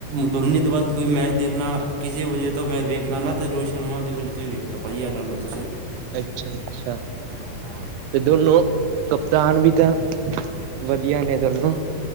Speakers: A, on the right (about 65°); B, on the right (about 80°).
A: ਦੋਨੀ ਤੋਂ ਬਾਅਦ ਕੋਈ ਮੈਚ ਦੇਖਣਾ, ਕਿਸੇ ਵਜ੍ਹੇ ਤੋਂ ਮੈਂ ਵੇਖਦਾ ਨਾ ਤੇ ਰੋਹਿਤ ਸ਼ਰਮਾ ਦੀ ਵਜੇ ਤੋਂ ਹੀ ਵੇਖਦਾ ਭਾਜੀ ਐ ਲਾਲੋ। ਤੁਸੀਂ?
B: ਅੱਛਾ -ਅੱਛਾ।
A: ਹਾਂ ਹਾਂ
B: ਤੇ ਦੋਨੋ ਦਾਨ ਵੀ ਤਾਂ ਵਧੀਆ ਨੇ ਦੋਨੋ।